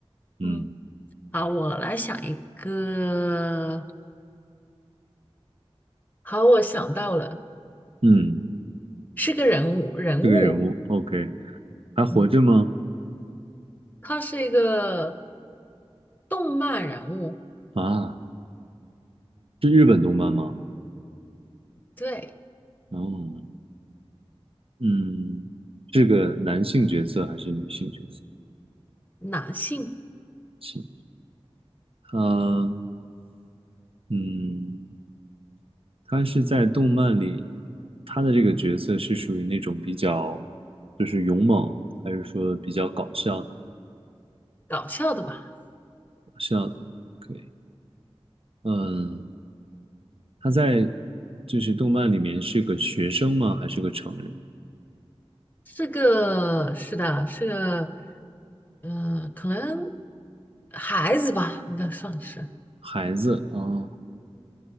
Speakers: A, on the right; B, on the left.
A: 嗯
B: 嗯，好，我来想一个。好，我想到了，
A: 嗯，
B: 是个人物，人物。
A: 这个人物，OK，还活着吗？
B: 嗯，他是一个动漫人物，
A: 啊，是日本动漫吗？
B: 对，
A: 哦，嗯，是个男性角色还是女性角色？
B: 男性，
A: 是，他，嗯，他是在动漫里，他的这个角色是属于那种比较，就是勇猛，还是说比较搞笑？的？
B: 搞笑的吧？
A: 是要的可以。嗯，他在就是动漫里面是个学生吗？还是个成人？
B: 是个，是的，是个，呃，可能孩子吧，应该算是
A: 孩子哦，